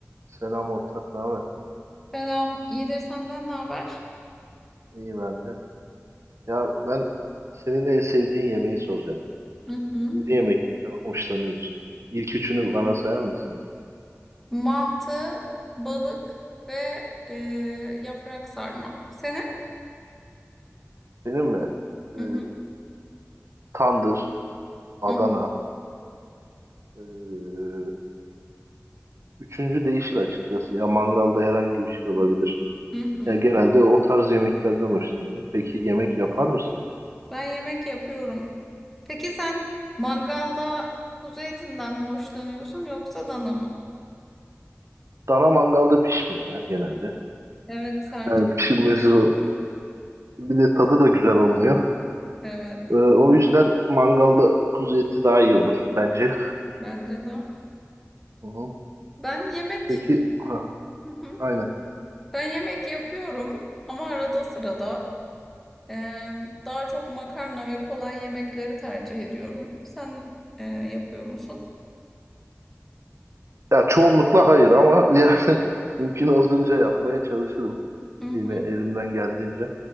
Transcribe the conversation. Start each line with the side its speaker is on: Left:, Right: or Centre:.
Right: Selam ortak, ne haber?
Centre: Selam, iyidir senden ne haber?
Right: İyi ben de. Ya ben senin en sevdiğin yemeği soracağım.
Centre: Hı hı.
Right: Ne yemekten hoşlanıyorsun? İlk üçünü bana sayar mısın ya?
Centre: Mantı, balık ve e, yaprak sarma. Senin?
Right: Benim mi? Ee,
Centre: Hı hı.
Right: tandır, Adana.
Centre: Hı
Right: Ee, üçüncü değişir açıkçası. Ya mangalda herhangi bir şey olabilir.
Centre: hı. hı.
Right: Ya genelde o tarz yemeklerden hoşlanıyorum. Peki yemek yapar mısın?
Centre: Ben yemek yapıyorum. Peki sen mangalda kuzu etinden mi hoşlanıyorsun yoksa dana mı?
Right: Dana mangalda pişmiyor ya genelde.
Centre: Evet, sert
Right: Yani
Centre: oluyor.
Right: pişirmesi zor. Bir de tadı da güzel olmuyor.
Centre: Evet,
Right: Ee, o yüzden mangalda kuzu eti daha iyi olur bence.
Centre: bence de.
Right: Hı hı.
Centre: Ben yemek,
Right: Peki, ha,
Centre: hı hı.
Right: aynen.
Centre: Ben yemek yapıyorum ama arada sırada. Ee, daha çok makarna ve kolay yemekleri tercih ediyorum. Sen e, yapıyor musun?
Right: Ya çoğunlukla hayır ama <laughs> yani mümkün olduğunca yapmaya çalışırım.
Centre: Hı hı.
Right: Yine elimden geldiğince.